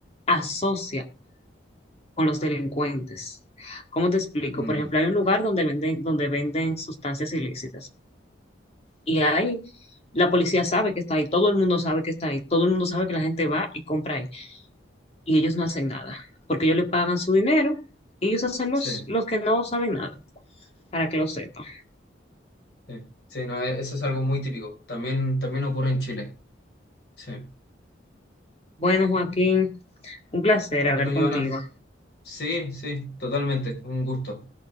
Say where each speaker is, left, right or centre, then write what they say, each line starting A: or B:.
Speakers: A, on the left; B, on the left.
A: asocia con los delincuentes. ¿Cómo te explico?
B: Mm,
A: Por ejemplo, hay un lugar donde venden, donde venden sustancias ilícitas y ahí la policía sabe que está ahí, todo el mundo sabe que está ahí, todo el mundo sabe que la gente va y compra ahí y ellos no hacen nada porque ellos le pagan su dinero y ellos hacen
B: sí,
A: los, los que no saben nada, para que lo sepan.
B: sí, sí, no, e- eso es algo muy típico. También, también ocurre en Chile. Sí.
A: Bueno, Joaquín, un placer
B: Bueno,
A: hablar contigo.
B: Joana, sí, sí, totalmente, un gusto.